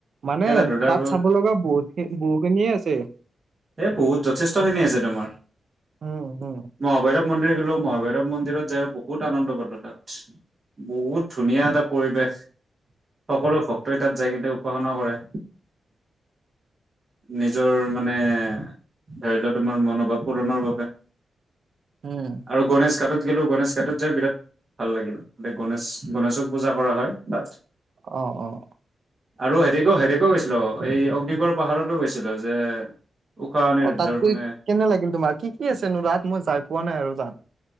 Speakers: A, on the right; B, on the right.
A: মানে
B: খেলা ধূলাৰ
A: তাত চাব লগা বহুতখিনি বহু খিনিয়ে আছে
B: এ বহুত যথেষ্টখিনি আছে তোমাৰ
A: উম হু
B: মহাভৈৰৱ মন্দিৰ গেলো মহাভৈৰৱ মন্দিৰত যাইও বহুত আনন্দ পালো তাত বহুত ধুনীয়া এটা পৰিৱেশ সকলো ভক্তই তাত যাই কিনে উপাসনা কৰে নিজৰ মানে ধৰি লওক তোমাৰ মনোভাৱ পূৰণৰ বাবে
A: উম।
B: আৰু গণেশ ঘাটত গ'লেও গণেশ ঘাটত যায় বিৰাট ভাল লাগিল, গণেশ গণেশক পূজা কৰা হয় তাত।
A: অ অঁ
B: আৰু হেৰিক হেৰি কৈ গৈছিলো, এই অগ্নিগড় পাহাৰতো গৈছিলো যে উষা অনিৰুদ্ধৰ
A: অ তাত গৈ
B: মানে
A: কেনে লাগিল তোমাৰ? কি কি আছেনো তাত? মই যাই পোৱা নাই আৰু তাত।